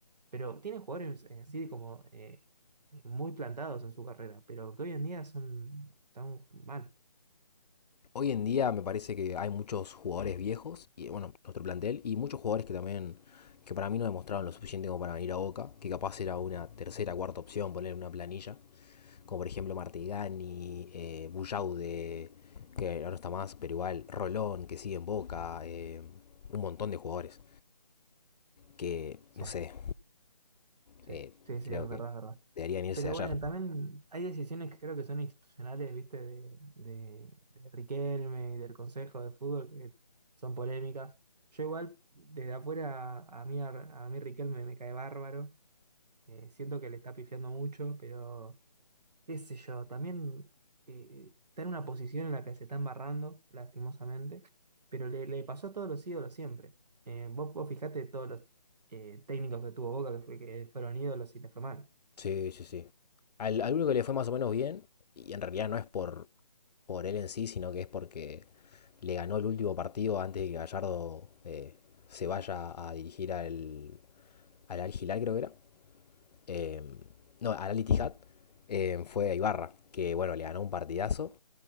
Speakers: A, on the right; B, on the left.
A: Pero tienen jugadores eh, así como eh, eh, muy plantados en su carrera, pero que hoy en día son tan mal.
B: hoy en día me parece que hay muchos jugadores viejos, y bueno, nuestro plantel, y muchos jugadores que también, que para mí no demostraron lo suficiente como para venir a Boca, que capaz era una tercera, cuarta opción, poner una planilla, como por ejemplo Martigani, eh, Bullaude, que ahora no está más, pero igual Rolón, que sigue en Boca, eh, un montón de jugadores, que
A: Sí,
B: no sé,
A: sí,
B: eh,
A: sí, sí,
B: creo
A: es verdad,
B: que
A: es verdad.
B: deberían irse
A: Pero
B: de ayer.
A: bueno, también hay decisiones que creo que son institucionales, viste, de, de- de Riquelme y del Consejo de Fútbol que son polémicas. Yo igual, desde afuera, a mí, a, mí Riquelme me cae bárbaro. Eh, siento que le está pifiando mucho, pero qué sé yo, también eh, está en una posición en la que se está embarrando, lastimosamente, pero le, le pasó a todos los ídolos siempre. Eh, vos, vos fijate todos los eh, técnicos que tuvo Boca que, fue- que fueron ídolos y le fue mal.
B: Sí, sí, sí. Al, al único que le fue más o menos bien, y en realidad no es por, por él en sí, sino que es porque le ganó el último partido antes de que Gallardo eh, se vaya a dirigir al, al Al Hilal, creo que era. Eh, no, al Al Ittihad, eh, fue a Ibarra, que bueno, le ganó un partidazo